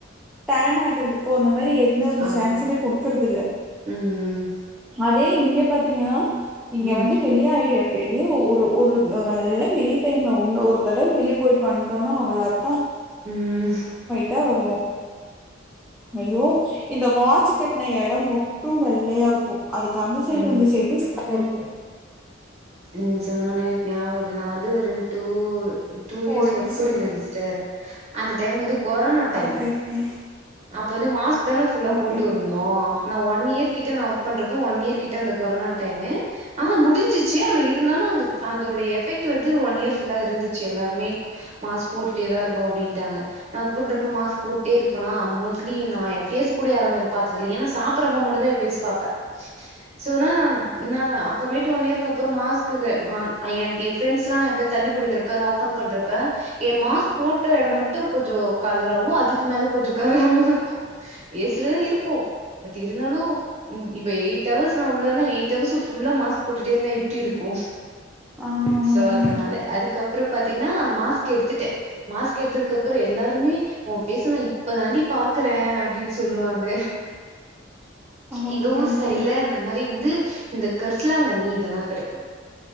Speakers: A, in the centre; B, on the right.
A: டேன் ஆகுறதுக்கோ அந்த மாரி எந்த ஒரு
B: ஆமா
A: சான்ஸ்சுமே குடுக்கறதில்ல
B: ம்
A: அதே இங் ஏ பாத்தீங்கனா இங்க
B: ம்
A: வந்து வெளிய ஆயி வெ லியோ ஒரு ஒரு ந நல்ல வெயில் டைம்ல ஒன்னு ஒரு தடவ வெளிய போயிட்டு வந்டோனா அவ்ளோதா
B: உம்
A: டா வருவோ ஐய்யோ இந்த வாட்ச் கட்ன எடோ மொட்டோ வெள்ளயா ஒ அதுக்கு அந்த சைடோ
B: ம்
A: இந்த சைடோ ச்ச <inaudible>
B: உம் சொன்னொன்னயே ஞாப வருது நா வந்து ரெண்டூ டூ இயர்ஸ்
A: ஓ எப்படி
B: ஒர்க்
A: சொல்றது?
B: போயிருந்த சிஸ்டர் அந்த டைம் வந்து கொரோனா டைம்
A: ஓகே, ஓகே.
B: அப்ப வந்து மாஸ்க் தான ஃபுல்லா
A: ஓகே,
B: போட்டுவிருந்தோ
A: ஓகே.
B: நா ஒன் இயர் கிட்ட ஒர்க் பண்றப்ப ஒன் இயர் கிட்ட அந்த கொரோனா டைம் ஆ முடிஞ்சி ச்சே ஆனா இருந்தாலூ அந்த அதோடய எஃபெக்ட் வந்து ஒன் இயர் ஃபுல்லா இருந்துச்சே எல்லாருமே மாஸ்க் போட்டுட்டேதா இருக்கணு அப்டின்டாங்க நா வொர்க் பண்றப்போ மாஸ்க் போட்டே இருப்பேனா மோஸ்ட்லி நா எ பேஸ் கூட யாரு அந்தளவு பாத்ததில்ல ஏன்னா சாப்பிடறப்ப மட்டுதா எ பேஸ் பாப்ப சோ அதனால நா என்னா அப்பமேட்டு ஒன் இயர் அதுக்கப்பறோ மாஸ்க்குக்கு நா எ பிரண்ட்ஸ்லா எப்யாது தண்ணி குடிக்கிறப்பெல்லா ஓபன் பண்றப்ப எ மாஸ்க் போட்ட எடம் மட்டு கொஞ்சோ கலராவு அதுக்கு மேல கொஞ்சோ கலராவு இருக்கு ஏ சி ல தா இருப்போ பட் இருந்தாலூ இப்ப எயிட் ஹவர்ஸ் நா உள்ளனா எயிட் ஹவர்ஸ் ஃபுல்லா மாஸ்க் போட்டுட்டே இருந்தா எப் எப்டி இருக்கு
A: ஆமா, ஆமா,
B: சோ
A: ஆமா.
B: அதனால அதுக்கப்பறோ பாத்தீங்னா மாஸ்க் எடுத்துட்ட மாஸ்க் எடுத்ததுக்கு அப்பறோ எல்லாருமே உன் பேஸ்ச நா இப்ப தாண்டி பாக்குற அப்படின்னு சொல்லுவாங்க
A: ஓகே,
B: எங்க ஊர்
A: ஓகே,
B: சைடுல
A: ஓகே.
B: இந்த மாரி வந்து இந்த கர்சலாங்கண்ணி இதெல்லா கெடைக்கு